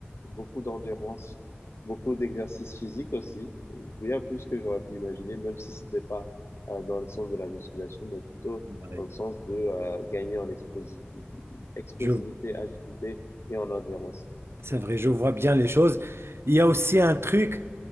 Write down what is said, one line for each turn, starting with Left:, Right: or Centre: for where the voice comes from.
Left: beaucoup d'endurance, beaucoup d'exercices physiques aussi, bien plus que j'aurais pu imaginer, même si c'était pas euh, dans le sens de la musculation, mais plutôt
Right: oui, oui.
Left: dans le sens de euh, gagner en explosi- explosivité,
Right: Je, vois.
Left: agilité et en endurance.
Right: C'est vrai, je vois bien les choses. Il y a aussi un truc